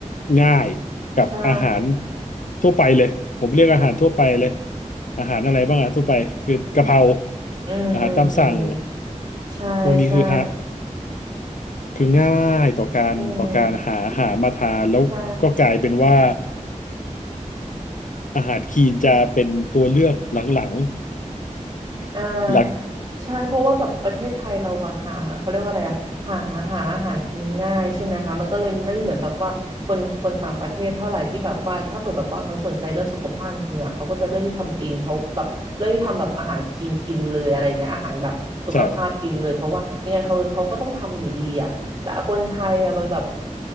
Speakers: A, on the left; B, on the right.
A: ง่ายกับอาหาร
B: ใช่
A: ทั่วไปเลยผมเรียกอาหารทั่วไปเลยอาหารอะไรบ้างอะทั่วไปคือกะเพรา
B: อืม
A: อาหารตามสั่ง
B: อืมอืมใช่ใช่
A: พวกนี้คือฮะ คือง่ายต่อการต่อการหาหามาทานแล้วก็กลายเป็นว่า
B: อืม ใช่
A: อาหารคีนจะเป็นตัวเลือกหลัง
B: อ่าใช่เพราะว่าแบบประเทศไทยเราอะหาเขาเรียกว่าอะไรอะหาหาอาหารกินง่ายใช่ไหมคะมันก็เลยไม่เหมือนแบบว่าคนคนต่างประเทศเท่าไหร่ที่แบบว่าถ้าเปิดแบบว่าเขาสนใจเรื่องสุขภาพจริงอะเขาก็จะเลือกที่ทำเองเพราะแบบเลือกที่ทำแบบอาหารคลีนกินเลยอะไรเงี้ยอาหารแบบสุขภาพกินเลยเพราะว่ายังไงเขาเขาก็ต้องทำอยู่ดีอะแต่คนไทยอะมันแบบ
A: ๆ <laughs> หลักใช่